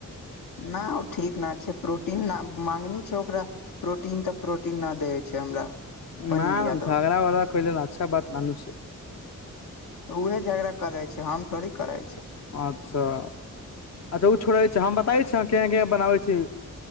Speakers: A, on the left (about 80°); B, on the left (about 55°).
A: न ओ ठीक ने छै प्रोटीन माँगनी छै ओकरा प्रोटीन तऽ प्रोटीन न देवै छै हमरा पनीर
B: न
A: यादव
B: झगड़ा वगड़ा कइले वि अच्छा बात ननू छै
A: उहे झगड़ा करै छै हम थोरही करै छिये
B: अच्छा अच्छा ओ छोड़ै छै हम बताय छी केहाँ केह बनाबे छी